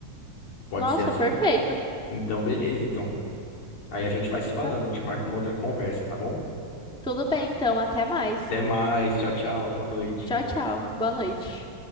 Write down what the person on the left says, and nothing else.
Pode
ser assim?
Então, beleza, então. Aí a gente vai se
falando,
a gente marca uma outra conversa, tá bom?
Até mais, tchau, tchau, boa noite.